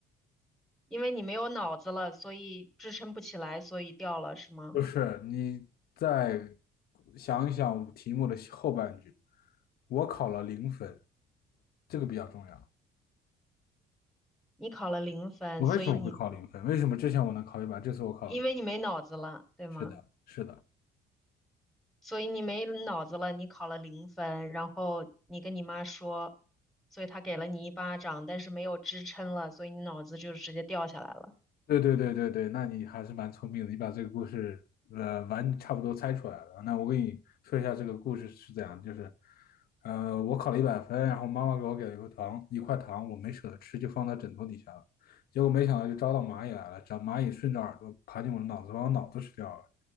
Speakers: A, in the centre; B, on the left.
A: 因为你没有脑子了，所以支撑不起来，所以掉了，是吗？
B: 不是你再想一想题目的后半句，我考了零分，这个比较重要。
A: 你考了零分，
B: 我为什么会考零分？
A: 所以你
B: 为什么之前我能考一百，这次我考了零分
A: 因为你没脑子了，对吗？
B: 是的，是的。
A: 所以你没脑子了，你考了零分，然后你跟你妈说，所以她给了你一巴掌，但是没有支撑了，所以你脑子就直接掉下来了。
B: 对对对对对，那你还是蛮聪明的，你把这个故事呃完差不多猜出来了。那我给你说一下这个故事是怎样，就是呃我考了一百分，然后妈妈给我给了一块糖，一块糖我没舍得吃，就放在枕头底下了。结果没想到就招到蚂蚁来了，长蚂蚁顺着耳朵爬进我的脑子，把我脑子吃掉了。